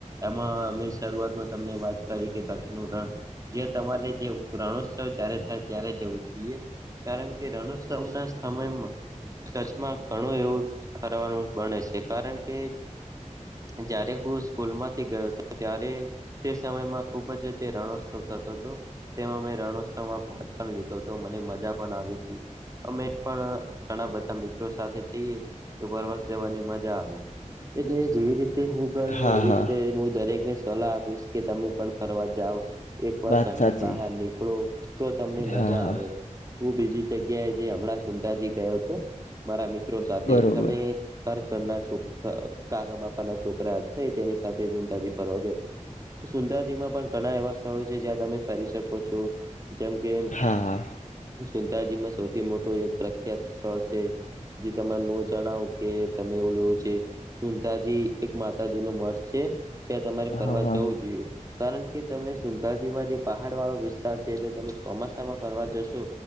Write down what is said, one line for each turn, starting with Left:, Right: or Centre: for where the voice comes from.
Right: એમાં અમે શરૂઆતમાં તમને વાત કરી કે કચ્છ નું રણ જ્યા તમારે જે રણોત્સવ જ્યારે થાય ત્યારે જવું જોઈએ. કારણ કે રણોત્સવ ના સમયમાં કચ્છમાં ઘણું એવું ફરવાનું બને છે કારણ કે જયારે હું સ્કૂલમાં ગયો હતો ત્યારે તે સમયમાં ખુબ જ જે રણોત્સવ થતો તો તેમાં મેં રણોત્સવમાં ભાગ પણ લીધો હતો મને મજા પણ આવી હતી અમે પણ ઘણા બધા મિત્રો સાથે જઈએ તો પરવાસ જવાની મજા આવે. એટલે જેવી રીતે હું ગયો
Left: હા
Right: એવી
Left: હા
Right: રીતે હું દરેક ને સલાહ આપીશ કે તમે પણ ફરવા જાવ એક વાર
Left: વાત
Right: ઘરની
Left: સાચી
Right: બહાર નીકળો. તો તમને મજા
Left: હા હા
Right: આવે હું બીજી જગ્યાએ જે હમણાં <unintelligible> ગયો હતો મારા મિત્રો સાથે
Left: બરોબર
Right: તમે ઘર ઘરના છો કાકા બાપા ના છોકરા હતા તેની સાથે ઉંટાજી ફરવા ગયા સુંદાજીમાં પણ ઘણા એવા સ્થળો છે જ્યાં તમે ફરી શકો છો જેમ કે
Left: હા હા
Right: સુતાજીમાં સૌથી મોટું એક પ્રખ્યાત સ્થળ છે. જે તમાર <unintelligible> જણાવ કે તમે ઓલું છે સુુંતાાજી એક માતાજી નો મઢ છે ત્યાં તમારે ફરવા
Left: હા હા
Right: જવું જોઈએ, કારણ કે તમને સુંદાજીમાં જે પહાડ વાળો વિસ્તાર છે, એટલે તમે ચોમાસામાં ફરવા જશો